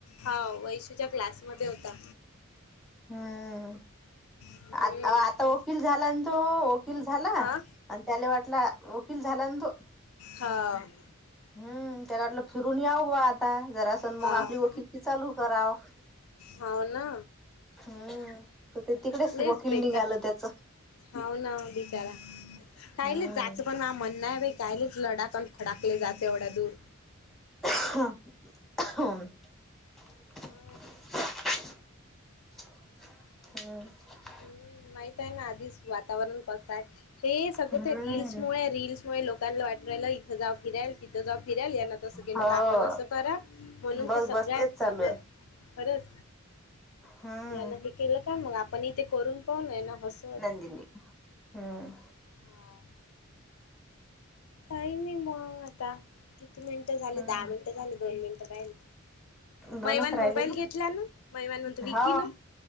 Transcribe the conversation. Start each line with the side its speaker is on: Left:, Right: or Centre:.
Left: हो, वैशूच्या क्लासमध्ये होता.
Centre: हं
Left: हम्म
Centre: आता आता वकील झाला न तो, वकील झाला.
Left: आ
Centre: आणि त्याला वाटला वकील झाला न तो
Left: हं <inaudible>
Centre: हम्म त्याला वाटलं फिरून याव बा आता जरासन
Left: वाव
Centre: मग आपली
Left: <inaudible>
Centre: वकिलकी चालू कराव
Left: होव ना.
Centre: हम्म तर ते तिकडेच
Left: प्लीज
Centre: वकील
Left: बे
Centre: निघालं त्याच
Left: हो ना, बिचारा कायले
Centre: हम्म
Left: जात <unintelligible> नाही बाई, कायले लडाक अन खडाकले जाते, एवढ्या दूर.
Centre: हा, <unintelligible>
Left: हा.
Centre: <inaudible> <inaudible>
Left: हम्म, माहित आहे ना आधीच वातावरण कसं आहे. हे सगळं
Centre: हम्म
Left: ते रिल्स मुळे रील्स तव्हय लोकांना वाटू राहिलं इथं जाऊ फिरायल ति थ जाऊ फिराल, यांन तसं केलं,
Centre: हो
Left: तर आपण असं करा. म्हणून
Centre: बस
Left: ते सगळ्यात
Centre: बस तेच चालू
Left: सगळ्या
Centre: आहे
Left: खरंच?
Centre: हम्म
Left: यान हे केलं का, मग आपण हि ते करून पाहू, नय ना बस
Centre: नंदिनी हम्म.
Left: हा काही नई मग आता. किती मिनिटं झाले
Centre: हम्म
Left: दहा मिनिटं झाली, दोन मिनिटं राहिले.
Centre: दोनच
Left: मैवान
Centre: राहिले
Left: मोबाईल
Centre: ना
Left: घेतलं नं, मैवान म्हणत विकी
Centre: हो
Left: न.